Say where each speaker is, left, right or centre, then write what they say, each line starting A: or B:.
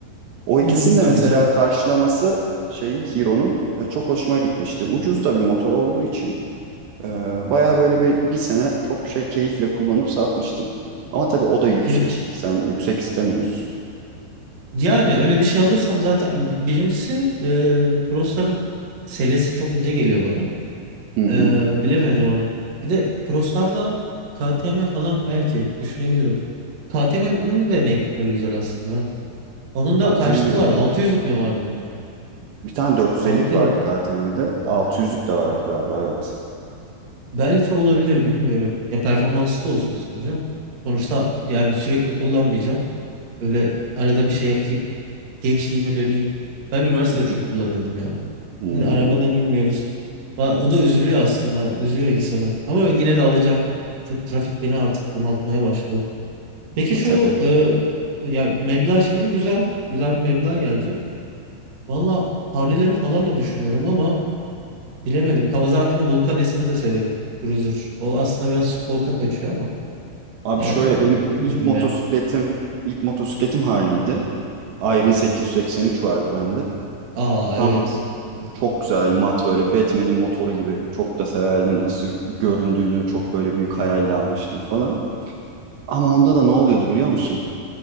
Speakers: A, on the right; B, on the right.
A: O ikisinin
B: Hmm, tabii
A: de mesela
B: canım.
A: karşılaması şeyin Hero'nun e, çok hoşuma gitmişti. Ucuz da bir motor olduğu için e, baya böyle bir, bir sene çok şey keyifle kullanıp satmıştım. Ama tabii o da yüksek.
B: Hir-
A: Sen yüksek istemiyorsun.
B: Yani öyle bir şey alırsam zaten birincisi e, crossların selesi çok ince geliyor bana.
A: Hı hı.
B: E, bilemedim onu. Bir de crosslarda KTM falan belki düşünebilirim. KTM'nin de naked'ları güzel aslında. ha. Onun da
A: KTM
B: kaçlık vardı? 600'lük mi vardı?
A: bir tane 450'lik
B: 600'lük.
A: vardı KTM'de. 600'lük de vardı galiba evet.
B: Belki olabilir bilmiyorum. Ya performanslı da olsun istiyorum canım. Sonuçta yani sürekli kullanmayacağım. Böyle arada bir şey yapayım. Gençliğime döneyim. Ben üniversitede
A: <laughs>
B: çok kullanırdım ya.
A: Hmm,
B: Şimdi arabadan inmiyoruz. Va- O da üzülüyor aslında. Üzüyor insanı. Ama yine de alacağım. Çünkü trafik beni artık bunaltmaya başladı. Peki
A: e
B: şu
A: tabii.
B: e, ya meblağ şimdi güzel. Güzel bir meblağ gelecek. Valla Harley'leri falan da düşünüyorum ama bilemedim. Kawasaki'nin Vulcan S'ini de severim. Cruiser. O aslında biraz sporta kaçıyor ama
A: Abi
B: e,
A: şöyle benim
B: bilmiyorum
A: ilk motosikletim
B: ya.
A: ilk motosikletim Harley'di. Iron 883 vardı bende.
B: Aa
A: Tam
B: evet. Klasik.
A: çok güzel mat böyle Batman'in motoru gibi. Çok da severdim nasıl göründüğünü. Çok böyle büyük hayalle almıştım falan. Ama onda da ne oluyordu biliyor musun?